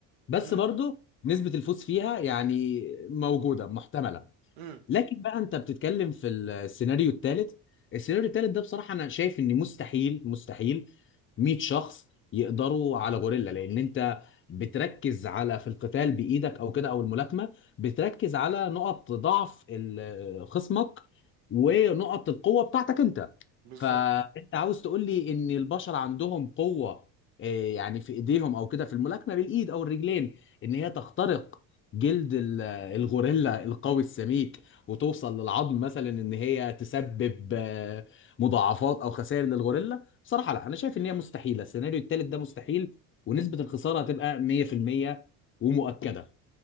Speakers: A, on the left (about 30°); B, on the right (about 75°).
A: بس
B: امم
A: برضو نسبة الفوز فيها يعني موجودة محتملة
B: امم
A: لكن بقى انت بتتكلم في السيناريو الثالث السيناريو الثالث ده بصراحه انا شايف ان مستحيل مستحيل 100 شخص يقدروا على غوريلا لان انت بتركز على في القتال بايدك او كده او الملاكمه بتركز على نقط ضعف ال- خصمك ونقط القوه بتاعتك انت
B: بالظبط
A: فانت عاوز تقول لي ان البشر عندهم قوه آه، يعني في ايديهم او كده في الملاكمه بالايد او الرجلين ان هي تخترق جلد ال- الغوريلا القوي السميك وتوصل للعظم مثلا ان هي تسبب آه، مضاعفات او خسائر للغوريلا بصراحه لا انا شايف ان هي مستحيله السيناريو الثالث ده مستحيل ونسبه الخساره هتبقى 100% ومؤكده